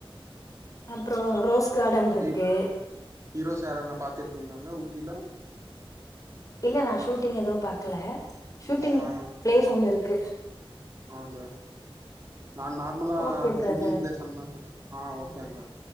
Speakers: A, on the left (about 35°); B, on the right (about 30°).
A: அப்புறோ ரோஸ் கார்டன் இருக்கு
B: ஹி ஹீரோ சார்ன பாத்திருக்கீங்களா யூ நோ
A: இல்ல நான் ஷூட்டிங் எதுவும் பாக்கல ஷூட்டிங்
B: ஆ
A: பிளேஸ் ஒண்ணு இருக்கு
B: ஆங்க நான் நார்மலா
A: ஓகே பிரதர்
B: சூட்டிங் ப்ளேஸ் அனான் ஆஹ் ஓக்கேங்க